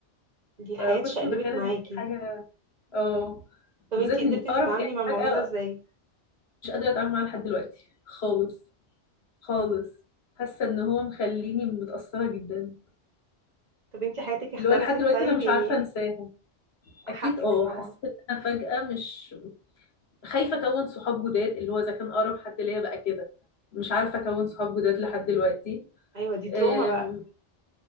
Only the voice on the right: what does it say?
دي الحياة
اتشقلبت
معاكي
طب
انتي قدرتي
تتعاملي
مع الموضوع
ده ازاي
طب انتي حياتك اختلفت
طيب
يعني
حقك
طبعا
ايوه دي تروما
بقى